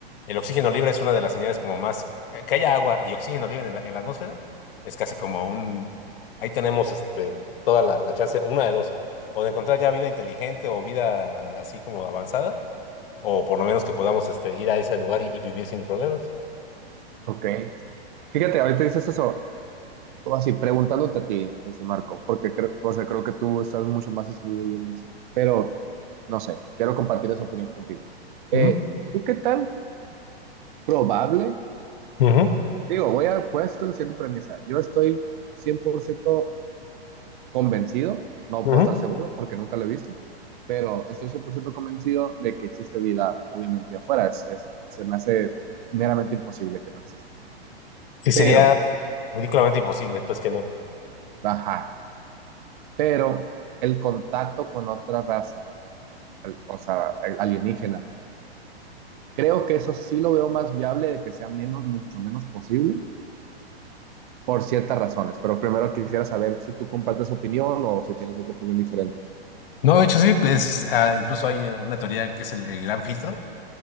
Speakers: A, on the left; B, on the right.
A: el oxígeno libre es una de las señales como más, eh, que haya agua y oxígeno libre en la, en la atmósfera, es casi como un, ahí tenemos, este, toda la, la chance, una de dos, o de encontrar ya vida inteligente o vida así como avanzada, o por lo menos que podamos, este, ir a ese lugar y, y vivir sin problemas.
B: Ok. ok. Fíjate, ahorita dices eso, o así, preguntándote a ti, ese Marco, porque creo, o sea, creo que tú estás mucho más instruido yo en eso. Pero, no sé, quiero compartir esa opinión contigo. Eh,
A: Ujú,
B: ¿tú qué tan probable?
A: ujú,
B: Digo, voy a, voy a hacer la siguiente premisa. Yo estoy 100% convencido, no
A: ujú.
B: puedo estar seguro porque nunca lo he visto, pero estoy 100% convencido de que existe vida, obviamente, afuera. Es- es- se me hace meramente imposible que no exista, ¿no?
A: Sí, sería
B: Pero
A: ridículamente imposible, pues que no.
B: Ajá, pero el contacto con otra raza, al- o sea, al- alienígena, creo que eso sí lo veo más viable de que sea menos, mucho menos posible, por ciertas razones. Pero primero quisiera saber si tú compartes opinión o si tienes otra opinión diferente.
A: No, de hecho sí, pues ah, incluso hay eh, una teoría que es el, el gran filtro,